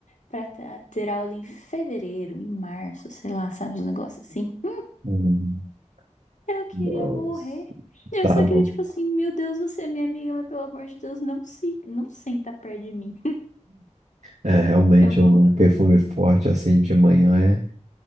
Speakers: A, on the left; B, on the right.
A: pra ter aula em fevereiro, em março, sei lá, sabe? Um negócio assim. Hum,
B: hum,
A: eu queria
B: Nossa.
A: morrer. Eu
B: Tá
A: só
B: bom.
A: queria, tipo assim, meu Deus, você é minha amiga, mas pelo amor de Deus, não se, não senta perto de mim.
B: É realmente
A: Eu vou.
B: um perfume forte assim de manhã é